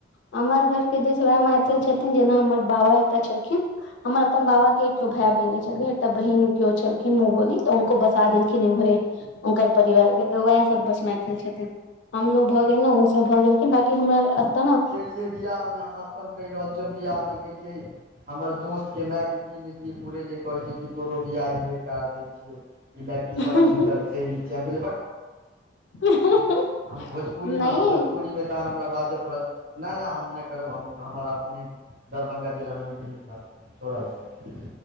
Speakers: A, on the left; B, on the right.
A: हमर घर के दिस वएह मात छथिन जेना हमर बाबा एकटा छलखिन हमर अपन बाबा के एको भाय बहिन छल एकटा बहिन केओ छलखिन मुँह बोली तऽ उनको बसा देलखिन इम्हरे हुनकर परिवार के तऽ उएह सब बस मैथिल छथिन हमलोग भऽ गेलै त भऽ गेलखिन बाकि हमरा एतऽ ने
B: जे बियाह मे हम अपन कहि रहल छियै हम बियाह मे गेलियै हमर दोस्त के माय के की ने की फूरेले कहै छै कि तोरो बियाह इमरे करा दै छियौ ई लड़की
A: ने
B: बड सुन्दर छै इ छे हम कहलिए बक
A: <inaudible>
B: हम भोजपुरी में
A: नहि
B: हम भोजपुरी में तहन हमरा बाजब ना ना हम नहि करब हम हमर अपने दरभंगा जिला में नीक नीक छोड़ा छथि